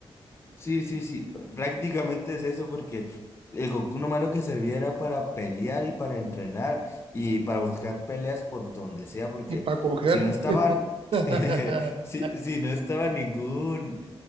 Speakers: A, on the left; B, on the right.
A: Sí, sí, sí, pr- prácticamente es eso porque el Goku nomás lo que servía era para pelear y para entrenar y para buscar peleas por donde sea, porque
B: Y para coger.
A: si no estaban,
B: <laughs>
A: <laughs> si, si no estaba ningún,